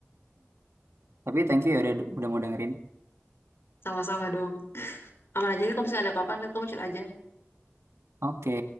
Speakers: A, on the right (about 70°); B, on the left (about 60°).
A: Tapi thank you ya udah, udah mau dengerin.
B: Sama-sama dong. Aman aja nih, kalau misalnya ada apa-apa nanti kamu chat aja.
A: Oke,